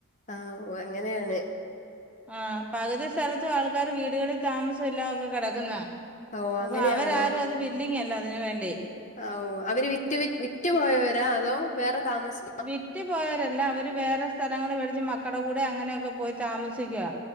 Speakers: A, on the left; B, in the centre.
A: ആഹ് ഓ അങ്ങനെയാണ്
B: ആഹ് പകുതി സ്ഥലത്തും ആൾക്കാര് വീടുകളിൽ താമസം എല്ലാം ഒക്കെ കിടക്കുന്നാ
A: ഓ
B: അപ്പൊ
A: അങ്ങനെയാണോ
B: അവരാരും അത് വില്ലിങ്ങല്ലോ അതിന് വേണ്ടി
A: ആഹ് അവര് വിറ്റ് വി വിറ്റ്പോയവരാ അതോ വേറെ താമസം
B: വിറ്റ് പോയവരല്ല അവര് വേറെ സ്ഥലങ്ങള്ൾ മേടിച്ച് മക്കട കൂടെ അങ്ങനെയൊക്കെ പോയി താമസിക്കുക